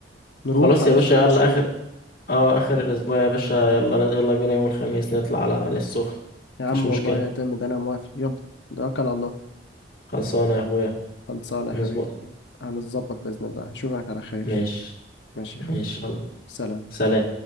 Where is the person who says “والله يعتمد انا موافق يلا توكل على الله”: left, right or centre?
Left